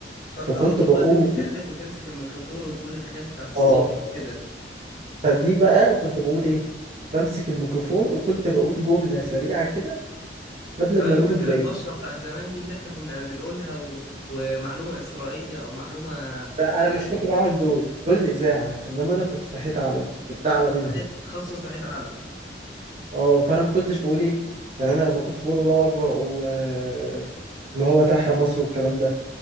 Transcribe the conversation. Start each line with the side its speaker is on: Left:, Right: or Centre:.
Left: فانت
Right: فكنت
Left: على طول
Right: بقول
Left: بقى اللي بتتكلم وتمسك الميكروفون وتقول الحاجات بتاعت الصبح
Right: اه
Left: وكده
Right: فدي بقى كنت بقول ايه بمسك الميكروفون وكنت بقول جمله سريعه كده قبل
Left: ايوه
Right: ما يقولوا
Left: فاكر
Right: بلادي
Left: النشرة بتاعت زمان دي اللي احنا كنا بنقولها و... ومعلومة إسرائيلية او معلومة
Right: لا
Left: إيه...
Right: انا مش كنت بعمل دول دول الاذاعه انما انا كنت تحت علم كنت اعلى
Left: انت كنت
Right: منهم
Left: تحت تخصص تحت علم
Right: اه فانا ما كنتش بقول ايه يعني انا ما كنتش بقول الله اكبر او آه، اللي هو تحيا مصر والكلام ده